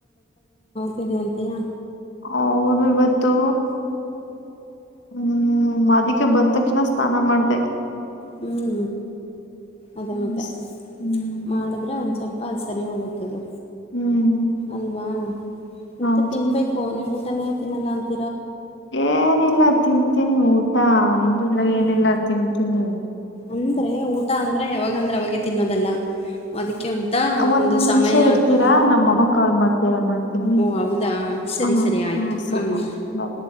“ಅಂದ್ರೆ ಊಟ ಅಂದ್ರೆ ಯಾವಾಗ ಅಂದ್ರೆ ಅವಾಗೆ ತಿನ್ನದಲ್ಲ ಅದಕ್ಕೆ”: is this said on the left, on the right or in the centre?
Left